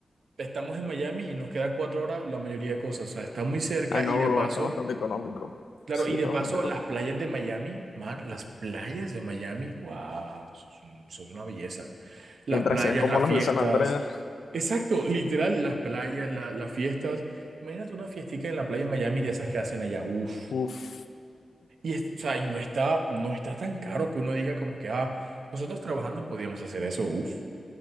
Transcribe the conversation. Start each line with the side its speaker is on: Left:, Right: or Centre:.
Right: Estamos en Miami y nos queda cuatro horas la mayoría de cosas. O sea, está muy cerca
Left: ah, no,
Right: y de
Left: bro,
Right: paso,
Left: está bastante económico.
Right: claro,
Left: Sí,
Right: y
Left: está
Right: de paso
Left: bastante económico.
Right: las playas de Miami, man, las playas de Miami, wow, eso es un- eso es una belleza. Las
Left: Mientras
Right: playas,
Left: sean como
Right: las
Left: los
Right: fiestas.
Left: de San Andrés,
Right: Exacto, literal, las playas, la- las fiestas. Imagínate una fiestica en la playa en Miami de esas que hacen allá. Uf.
Left: uff,
Right: Y, es- o sea, y no está, no está tan caro que uno diga como que, ah, nosotros trabajando podíamos hacer eso. Uf,